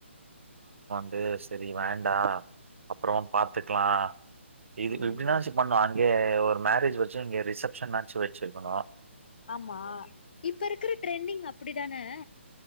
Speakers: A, on the right; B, on the left.
A: இது செரி வேண்டாம். அப்புறம் பாத்துக்கலாம். இது
B: ம்
A: இப்படின்னாச்சும் பண்ணூம், அங்கே ஒரு மேரேஜ் வச்சு இங்க ரிசப்ஷன்னாச்சும் வச்சிருக்கணும்.
B: ஆம்மா, இப்ப இருக்கிற ட்ரெண்டிங் அப்படி தானே.